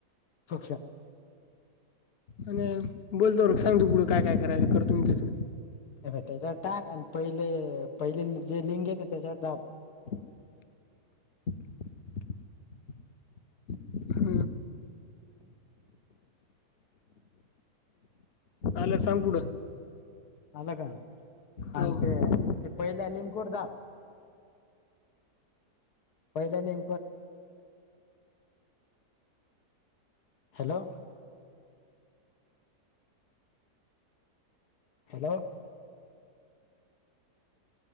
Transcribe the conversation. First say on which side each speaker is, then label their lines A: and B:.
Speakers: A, on the left; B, on the left.
A: शक्ष
B: आणि बोलतो र सांग तू पुढं काय काय करायचं कर तुमच्यास
A: अ बा त्याच्यावर टाक आणि पहिले पहिले जे लिंग येते त्याच्यावर
B: <unintelligible> हा ह आलं सांग पुडं
A: आलं का
B: हो
A: आणि ते पहिल्या लिंकवरदाब पहिल्या लिंकरवर hello hello